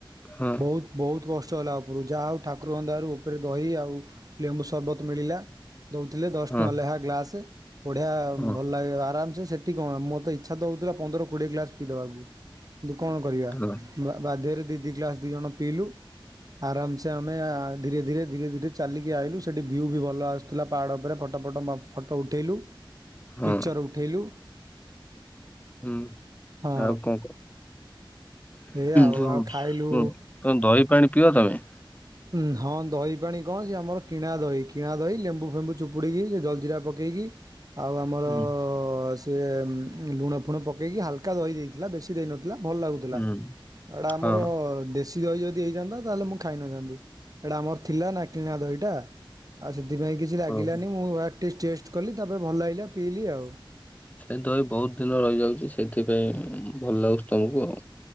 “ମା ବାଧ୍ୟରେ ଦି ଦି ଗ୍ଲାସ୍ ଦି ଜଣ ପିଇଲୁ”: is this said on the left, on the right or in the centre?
Right